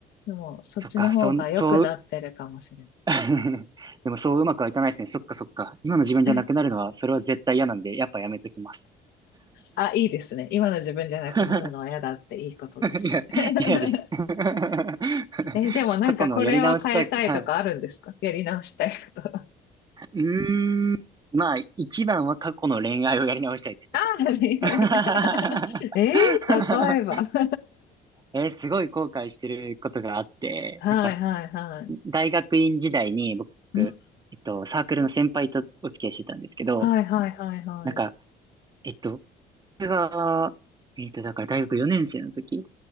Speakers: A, on the left; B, on the right.
A: でも、そっちの方が良くなってるかもしれない。
B: そっか、そん、そう <laughs> でもそううまくはいかないですね。そっかそっか。今の自分じゃなくなるのは、
A: <laughs> え
B: それは絶対嫌なんで、やっぱやめときます。
A: あ、いいですね。今の自分じゃなくなるのは嫌だっていいことですね。
B: <laughs> いや、
A: <laughs>
B: 嫌です。<laughs>
A: えでもなんかこれを変えたいとかあるんですかやり直したいこと。
B: 過去のやり直したい。はい。うーん。まあ、一番は過去の恋愛をやり直したいですね、
A: ああ、
B: 僕は。
A: 恋愛。
B: <laughs>
A: <laughs> えー、例えば。<laughs>
B: えーすごい後悔してることがあって、
A: はいはいはい。
B: なんか、大学院時代に僕、
A: うん、
B: えっと、サークルの先輩とお付き合いしてたんですけど、
A: はいはいはいはい。
B: なんか、えっと、が、えっと、だから大学4年生の時